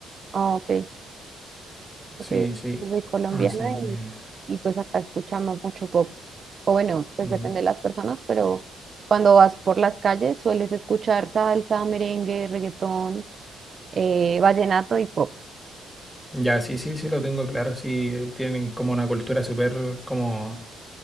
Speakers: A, on the right; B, in the centre.
A: Ah, ok,
B: sí,
A: ok.
B: sí,
A: Yo Soy colombiana
B: así
A: y,
B: que...
A: y pues acá escuchamos mucho pop. O bueno, pues
B: mm,
A: depende de las personas, pero cuando vas por las calles sueles escuchar salsa, merengue, reggaetón, eh, vallenato y pop.
B: Ya, sí, sí, sí, lo tengo claro, sí, eh, tienen como una cultura súper como